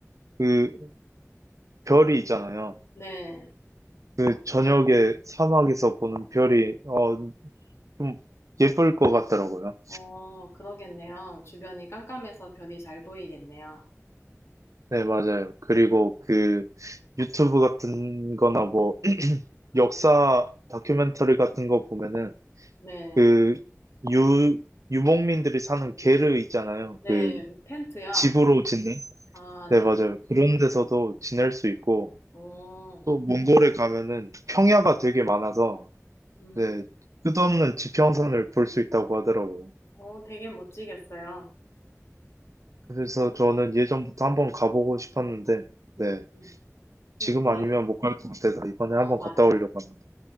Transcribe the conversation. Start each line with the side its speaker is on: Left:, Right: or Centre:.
Right: 그 별이 있잖아요.
Left: 네.
Right: 그 저녁에 사막에서 보는 별이, 어, 좀 예쁠 것 같더라고요.
Left: 어, 그러겠네요. 주변이 깜깜해서 별이 잘 보이겠네요.
Right: 네, 맞아요. 그리고 그 유튜브 같은 거나 뭐 역사 다큐멘터리 같은 거 보면은
Left: 네.
Right: 그 유, 유목민들이 사는 게르 있잖아요.
Left: 네.
Right: 그
Left: 그 텐트요?
Right: 집으로 짓는?
Left: 아,
Right: 네,
Left: 네.
Right: 맞아요. 그런 데서도 지낼 수 있고
Left: 오,
Right: 또 몽골에 가면은 평야가 되게 많아서
Left: 음.
Right: 네, 끝없는 지평선을 볼 수 있다고 하더라고요.
Left: 어, 되게 멋지겠어요. 그-
Right: 그래서
Left: 저는-
Right: 저는 예전부터 한번 가보고 싶었는데 네,
Left: 음, 네,
Right: 지금
Left: 저는,
Right: 아니면 못 갈 것 같아서 이번에
Left: 어,
Right: 한번
Left: 맞아요.
Right: 갔다 오려고 합니다.